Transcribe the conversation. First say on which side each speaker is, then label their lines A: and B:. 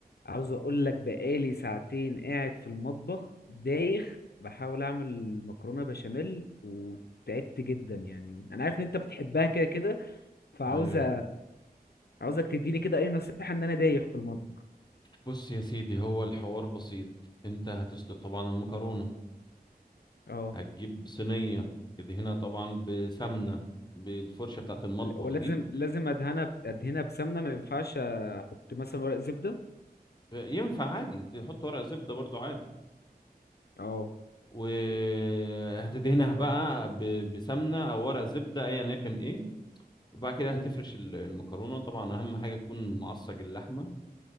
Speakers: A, on the left; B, on the left.
A: عاوز اقول لك بقالي ساعتين قاعد في المطبخ دايخ بحاول اعمل مكرونه بشاميل وتعبت جدا يعني انا عارف ان انت بتحبها كده كده فعاوز
B: ايوه
A: أ- عاوزك تديني كده اي نصيحه ان انا دايخ في المطبخ
B: بص يا سيدي هو الحوار بسيط انت هتسلق طبعا المكرونه
A: اه
B: هتجيب صينيه تدهنها طبعا بسمنه بالفرشه بتاعه المطبخ
A: ل- ولازم
B: دي
A: لازم ادهنها ب- ادهنها بسمنه ما ينفعش احط مثلا ورق زبده
B: ينفع عادي تحط ورق زبده برضو عادي
A: اه
B: وهتدهنها بقى ب- بسمنه او ورق زبده ايا يكن ايه وبعد كده
A: مم.
B: هتفرش ال- المكرونه طبعا اهم حاجه تكون معصج اللحمه